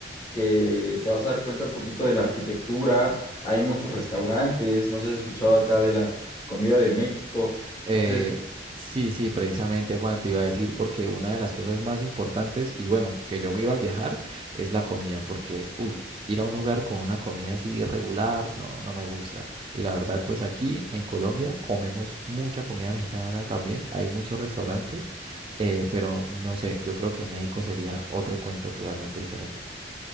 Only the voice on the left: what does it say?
que te vas a dar cuenta un poquito de la arquitectura. Hay muchos restaurantes, no sé si has escuchado acá de la comida de México.
Entonces,